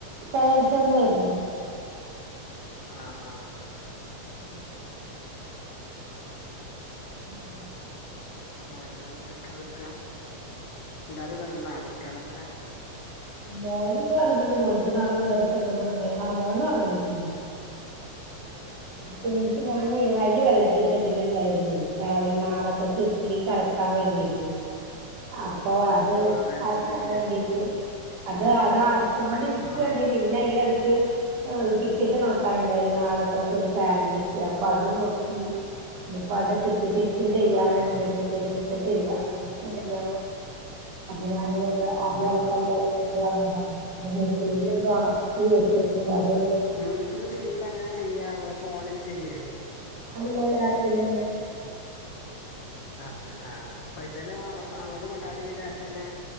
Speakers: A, on the right; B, on the left.
A: സയൻസന്നേ യ്ര്ന്നു
B: ആഹ് ആഹ്
A: <inaudible> <inaudible>
B: <unintelligible> ന്തൊക്കെ ന്ന്ട്ട് എല്ലാരും കെട്ന്നാ കുട്ട്യാളൊക്കെ?
A: മോന്ന്ത് വന്ന്ട്ട്ണ്ട് മോന്ക്ക് നാളെ മദ്രസ്സ്ള്ളതോണ്ടെ ആ മോനൊർങ്ങീക്ണ്
B: <inaudible>
A: പീ ഞാനെ അരി വെള്ളത്തീട്ടെച്ചിട്ട്ണ്ടായിര്ന്നേ രാവിലെ നാളത്തെക്ക് ട്ട്ലിക്കരക്കാൻ വേണ്ടിട്ട് അപ്പൊ അത്
B: ആ അരച്ചിട്ടില്ലേ
A: അരക്കാൻ വേണ്ടീട്ട് അത് അതരച്ചും കൊണ്ടിരിക്കാണ്
B: ആ
A: പിന്നയ്ലെടക്ക് ആഹ് ടിക്കറ്റ് നോക്കാനുണ്ടായിരുന്നു നാളത്തേക്കൊരു ഫാമിലിക്ക് അപ്പാത് നോക്കി. ഇനിപ്പോ അത് ടിക്കറ്റെട്ത്ത് ചെയ്യാന്ട്
B: ആ ആ
A: ടിക്കറ്റ് എടുത്തിട്ടില്ല <unintelligible> അപ്പൊ ഞാന് അരി
B: ആ
A: അരക്കാന്ന്
B: ആ
A: വിചാരിച്ചിട്ട് വന്നതാണ് <unintelligible> ഒണക്കി വെച്ചിട്ട് <unintelligible>
B: വീട്ടിന്ന് ചെയ്യുമ്പ എങ്ങനെ ചെയ്യാ ങ്ങള് ഫോണില് ചെയ്യേ
A: അല്ലലാപ്പില്
B: ലാപ്പ് ആഹ് അപ്പ ഇതന്നെങ്ങള് അങ്ങട് അങ്ങോട്ട് കൊണ്ടോവല് ഈ ലാപ്പന്നെ